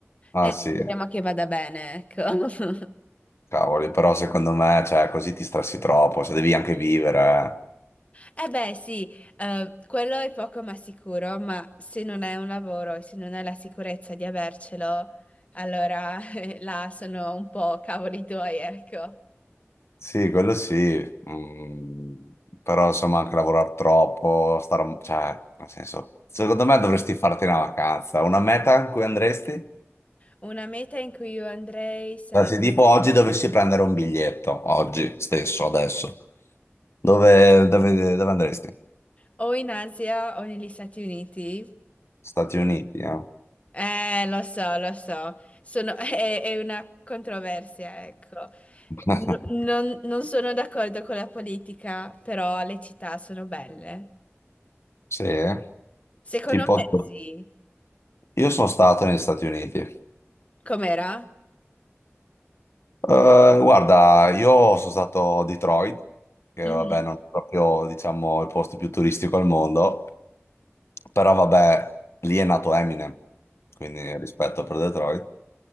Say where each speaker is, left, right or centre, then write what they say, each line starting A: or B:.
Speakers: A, on the left (about 65°); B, on the left (about 30°).
A: Ah
B: Speriamo
A: sì,
B: che vada bene, ecco. <laughs>
A: cavoli, però secondo me, cioè, così ti stressi troppo, cioè, devi anche vivere, eh.
B: Eh beh, sì, eh, quello è poco ma sicuro, ma se non è un lavoro e se non è la sicurezza di avercelo, allora <laughs> eh, là sono un po' cavoli tuoi, ecco.
A: Sì, quello sì, mm, però insomma anche lavorare troppo, star- cioè, nel senso, secondo me dovresti farti una vacanza, una meta in cui andresti?
B: Una meta in cui io andrei sarebbe
A: Cioè, se tipo oggi dovessi prendere un biglietto, oggi stesso, adesso, dove, dove- dove andresti?
B: o in Asia o negli Stati Uniti.
A: Stati Uniti, eh?
B: Eh, lo so, lo so, Sono- <laughs> è, è una controversia, ecco.
A: <laughs>
B: N- non, non sono d'accordo con la politica, però le città sono belle.
A: Sì, eh?
B: Secondo
A: Tipo,
B: me sì.
A: io sono stato negli Stati Uniti.
B: Com'era?
A: Eh, guarda, io sono stato a Detroit, che
B: Mhm.
A: vabbè non è proprio, diciamo, il posto più turistico al mondo, però vabbè, lì è nato Eminem, quindi rispetto per Detroit.